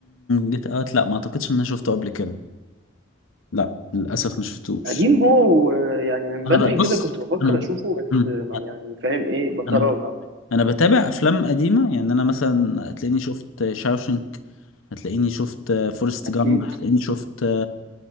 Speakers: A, on the left (about 80°); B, on the right (about 60°).
A: جيت اوت لا ما اعتقدش ان انا شفته قبل كده لا للاسف ما شفتوش
B: قديم هو ويعني من
A: انا
B: بدري
A: بقى بص
B: كده كنت بفكر
A: انا
B: اشوفه بس
A: مم.
B: ما يعني فاهم ايه بتراجع
A: انا انا بتابع افلام قديمه يعني انا مثلا هتلاقيني شفت شاوشنك هتلاقيني شفت فورست
B: اكيد
A: جامب هتلاقيني شفت